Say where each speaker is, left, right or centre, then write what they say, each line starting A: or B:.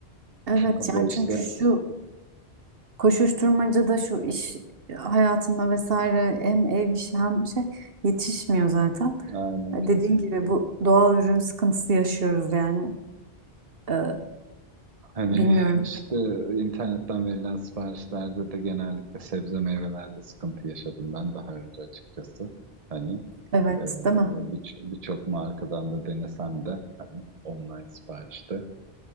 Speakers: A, on the right; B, on the right.
A: evet
B: O
A: yani
B: da işte
A: çünkü şu koşuşturmacada şu iş hayatında vesaire hem ev işi hem şey yetişmiyor zaten.
B: aynen
A: E,
B: kesinlikle.
A: Dediğin gibi bu doğal ürün sıkıntısı yaşıyoruz yani. Ee,
B: Hani
A: bilmiyorum.
B: işte internetten verilen siparişlerde de genellikle sebze meyvelerde sıkıntı yaşadım ben daha önce açıkçası. Hani
A: Evet,
B: Ee,
A: değil mi?
B: bir- birçok markadan da denesem de hani online siparişte